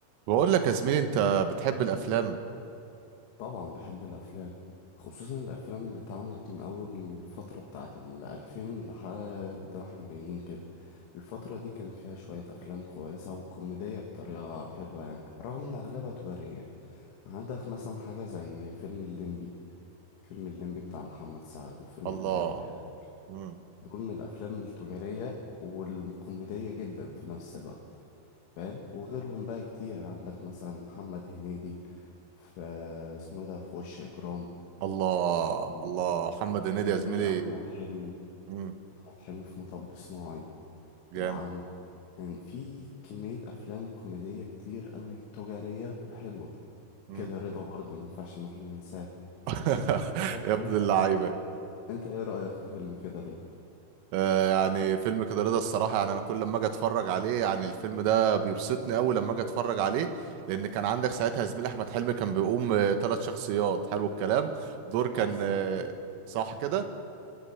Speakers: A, on the right; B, on the left.
A: بقول لك يا زميلي انت بتحب الافلام
B: طبعا بحب الافلام خصوصا الافلام اللي اتعملت من اول الفتره بتاعت الالفين لحد ما احنا جايين كده الفتره دي كان فيها شويه افلام كويسه وكوميديه بطريقه حلوه يعني رغم ان اغلبها تجاريه عندك مثلا حاجه زي فيلم الليمبي فيلم الليمبي بتاع محمد سعد وفيلم
A: الله
B: اللي بالي بالك
A: مم.
B: دول من الافلام التجاريه والكوميديه جدا في نفس الوقت فاهم وغيرهم بقى كتير عندك مثلا محمد هنيدي في اسمه إيه ده في وش اجرام
A: الله
B: مم.
A: الله محمد هنيدي
B: وفي
A: يا زميلي
B: أحمد حلمي
A: مم.
B: أحمد حلمي في مطب صناعي
A: جامد
B: وعن يعني في كمية أفلام كوميدية كتير قوي تجارية وحلوة
A: مم.
B: كده رضا برضه ما ينفعش إن احنا ننساه
A: <laughs>
B: ها،
A: يا ابن
B: أنت
A: اللعيبه
B: أنت إيه رأيك في فيلم كده رضا؟
A: آه يعني فيلم كده رضا الصراحه يعني انا كل لما اجي اتفرج عليه يعني الفيلم ده بيبسطني قوي لما اجي اتفرج عليه لان كان عندك ساعتها زميل احمد حلمي كان بيقوم ثلاث شخصيات حلو الكلام دور كان
B: بالظبط
A: آه، صح كده